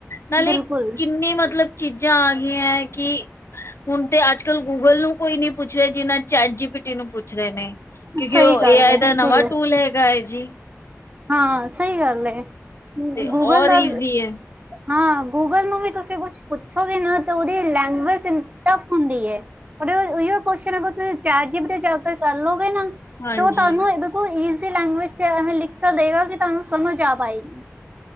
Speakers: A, on the left; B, on the right.
A: ਨਾਲੇ
B: ਬਿਲਕੁਲ
A: ਕਿੰਨੀ ਮਤਲਬ ਚੀਜ਼ਾਂ ਆ ਗਈਆਂ ਏ ਕੀ ਹੁਣ ਤੇ ਅੱਜ ਕੱਲ੍ਹ ਗੂਗਲ ਨੂੰ ਕੋਈ ਨੀ ਪੁੱਛ ਰਿਹਾ, ਜਿੰਨਾ ਚੈਟ ਜੀ ਪੀ ਟੀ ਨੂੰ ਪੁੱਛ ਰਹੇ ਨੇ। ਕਿਉਂਕਿ
B: ਸਹੀ
A: ਉਹ
B: ਗੱਲ
A: ਏ ਆਈ
B: ਬਿਲਕੁਲ
A: ਦਾ ਨਵਾਂ ਟੂਲ ਹੈਗਾ ਏ ਜੀ।
B: ਹਾਂ ਸਹੀ ਗੱਲ ਏ,
A: ਤੇ ਔਰ
B: ਗੂਗਲ ਦਾ
A: ਈਜ਼ੀ ਹੈ
B: ਹਾਂ, ਗੂਗਲ ਨੂੰ ਵੀ ਤੁਸੀਂ ਕੁੱਛ ਪੁੱਛੋਗੇ ਨਾ ਤੇ ਉਹਦੀ ਲੈਂਗੁਜ ਟਫ ਹੁੰਦੀ ਏ। ਓਹੀ ਓ ਕੋਸ਼ਨ ਅਗਰ ਤੁਸੀਂ ਚੈਟ ਜੀ ਪੀ ਟੀ ਤੇ ਜਾ ਕੇ ਕਰ ਲਓਗੇ ਨਾ
A: ਹਾਂਜੀ
B: ਤੇ ਉਹ ਤੁਹਾਨੂੰ ਇਹ ਬਿਲਕੁਲ ਈਜ਼ੀ ਲੈਂਗੁਏਜ ਚ ਐਵੇਂ ਲਿਖ ਕੇ ਦੇਵੇਗਾ ਕਿ ਤੁਹਾਨੂੰ ਸਮਝ ਆ ਪਾਏਗੀ।